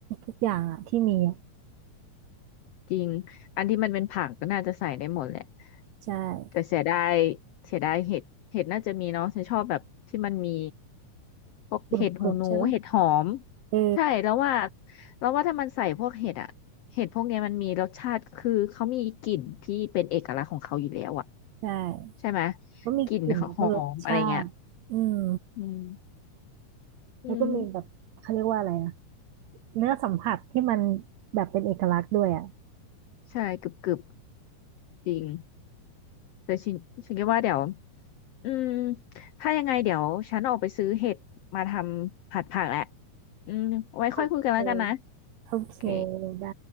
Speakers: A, on the right (about 75°); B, on the left (about 80°).
A: ทุกอย่างอะที่มีอะ
B: จริง อันที่มันเป็นผักก็น่าจะใส่ได้หมดแหละ
A: ใช่
B: แต่เสียดายเสียดายเห็ดเห็ดน่าจะมีเนาะฉันชอบแบบที่มันมีพวกเห็ดหูหนู
A: กรุบกรุบใช่ปะ
B: เห็ดหอม
A: เออ
B: ใช่แล้วว่าแล้วว่าถ้ามันใส่พวกเห็ดอะเห็ดพวกเนี้ยมันมีรสชาติคือเขามีกลิ่นที่เป็นเอกลักษณ์ของเขาอยู่แล้วอะ
A: ใช่
B: ใช่ไหม
A: ก็มีกลิ่นแล้วก็รสชาติอืม
B: กลิ่นเขาหอมอะไรเงี้ยอืมอืม
A: แล้วก็มีแบบเขาเรียกว่าอะไรอ่ะเนื้อสัมผัสที่มันแบบเป็นเอกลักษณ์ด้วยอ่ะ
B: ใช่กึบกึบจริง เดี๋ยวฉันฉันคิดว่าเดี๋ยวอืมถ้ายังไงเดี๋ยวฉันออกไปซื้อเห็ดมาทำผัดผักแหละอืมไว้ค่อยคุยกันแล้วกันนะ
A: โอเคโอเค
B: โอเค
A: ได้